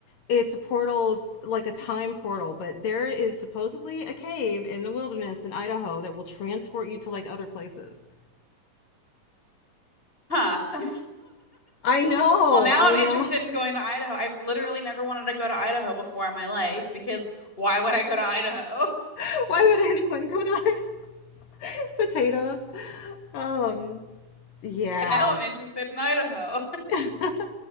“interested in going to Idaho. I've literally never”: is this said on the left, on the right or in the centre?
Left